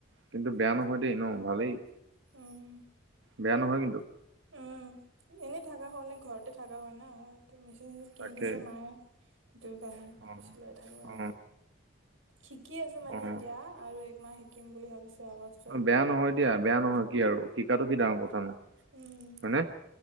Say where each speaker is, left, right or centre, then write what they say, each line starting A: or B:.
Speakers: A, on the right; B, on the right.
A: কিন্তু বেয়া ন'হয় দেই ন ভালেই',
B: উম',
A: বেয়া ন'হয় কিন্তু',
B: উম', এনেই থাকা হ'লে ঘৰতে থাকা হয় না, ত মেচিন কিনি
A: তাকে
B: দিছে মায়ে', সেইটোৰ কাৰণে,
A: অ
B: চিলাই থাকোঁ আৰু,
A: অ
B: শিকি আছোঁ মানে
A: অ
B: এতিয়া', আৰু এক মাহ শিকিম বুলি ভাবিছোঁ আগষ্ট',
A: বেয়া ন'হয় দিয়া বেয়া ন'হয় কি আৰু শিকাটো কি ডাঙৰ কথা নো',
B: উম',
A: হয়নে?